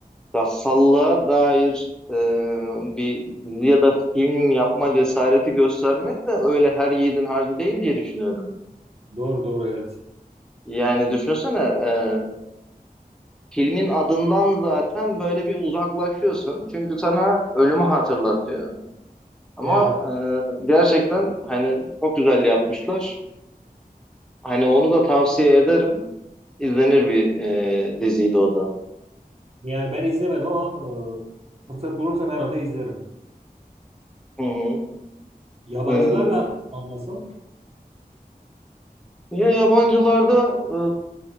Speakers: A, in the centre; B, on the right.
A: Gassallığa dair e, bir dizi ya da film yapma cesareti göstermek de öyle her yiğidin harcı değil diye düşünüyorum.
B: Doğru doğru evet.
A: Yani düşünsene e, filmin adından zaten böyle bir uzaklaşıyorsun. Çünkü sana ölümü hatırlatıyor. Ama
B: Evet.
A: e, gerçekten hani çok güzel yapmışlar. Hani onu da tavsiye ederim. İzlenir bir e, diziydi o da.
B: Yani ben izlemedim ama e, fırsat bulursam herhalde izlerim.
A: Hı hı.
B: Yabancılarla
A: E,
B: anlasın.
A: ya yabancılarda e,